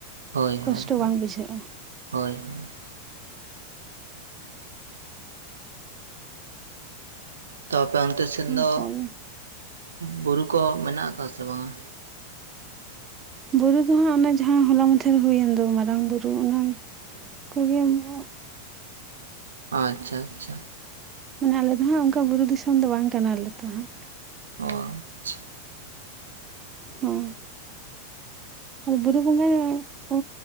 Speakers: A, on the right; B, on the right.
A: ᱦᱳᱭ ᱦᱳᱭ
B: ᱠᱚᱥᱴᱚ
A: ᱦᱳᱭ
B: ᱵᱟᱝ ᱵᱩᱡᱷᱟᱹᱜᱼᱟ
A: ᱦᱳᱭ ᱦᱳᱭ ᱛᱚ ᱟᱯᱮ ᱚᱱᱛᱮ ᱥᱮᱱ
B: ᱚᱱᱠᱟᱜᱮ
A: ᱫᱚ ᱵᱩᱨᱩ ᱠᱚ ᱢᱮᱱᱟᱜ ᱟᱠᱟᱫ ᱥᱮ ᱵᱟᱝ-ᱟ᱾
B: ᱵᱩᱨᱩ ᱫᱚ ᱦᱟᱸᱜ ᱚᱱᱟ ᱡᱟᱦᱟᱸ ᱦᱚᱞᱟ ᱢᱟᱫᱷᱮᱨ ᱦᱩᱭᱮᱱ ᱫᱚ ᱢᱟᱨᱟᱝ ᱵᱩᱨᱩ ᱚᱱᱟ ᱠᱚᱜᱮ ᱵᱚ
A: ᱟᱪᱪᱷᱟ ᱟᱪᱪᱷᱟ
B: ᱢᱟᱱᱮ ᱟᱞᱮ ᱫᱚ ᱦᱟᱸᱜ ᱚᱱᱠᱟ ᱵᱩᱨᱩ ᱫᱤᱥᱚᱢ ᱫᱚ ᱵᱟᱝ ᱠᱟᱱᱟ ᱞᱮ ᱛᱚ ᱦᱟᱸᱜ
A: ᱚ ᱟᱪᱪᱷᱟ
B: ᱦᱚᱸ ᱵᱩᱨᱩ ᱵᱚᱸᱜᱟᱭᱟ ᱠᱚ